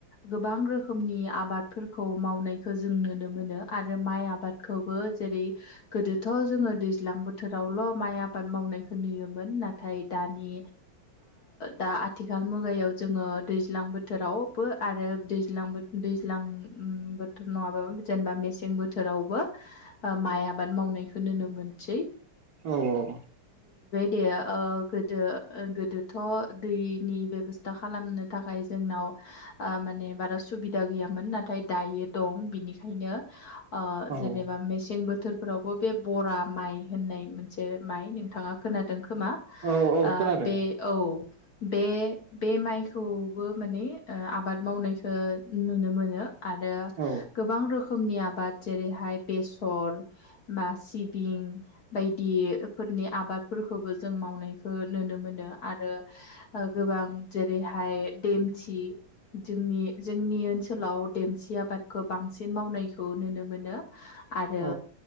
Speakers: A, on the left (about 55°); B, on the right (about 55°).
A: गोबां रोखोमनि आबादफोरखौ मावनायखौ जों नुनो मोनो आरो माइ आबाद खौबो जेरै गोदो थ' जोङो दैज्लां बोथोरावल' माइ आबाद मावनायखौ नुयोमोन नाथाय दानि दा आथिखाल मुगायाव जोंङो दैज्लां बोथोरावबो आरो दैज्लां बो दैज्ल लां बोथोर आवबो नंङाबाबो जेनेबा मेसें बोथोरावबो माइ आबाद मावनाय खौ नुनो मोनसै
B: औ औ
A: दे ओ गोदो गोदोथ' दैनि बेब'स्था खालामनो थाखाय जोंनाव ओ माने बारा सुबिदा गैयामोन नाथाय दायो दं बिनिखायनो ओ
B: औ
A: जेनेबा मेसें बोथोरफोरावबो बे बरा माइ होननाय मोनसे माइ नोंथांङा खोनादों खोमा ओ
B: औ औ खोनादों
A: बे औ बे बे माइखौबो माने आबाद मावनायखौ नुनो मोनो आरो
B: औ
A: गोबां रोखोमनि आबाद जेरैहाय बेसर बा सिबिं बायदिफोरनि आबादफोरखौबो जों मावनायखौ नुनो मोनो। आरो गोबां जेरैहाय देमसि जोंनि जोंनि ओनसोलाव देमसि आबादखौ बांसिन मावनायखौ नुनो मोनो। आरो
B: औ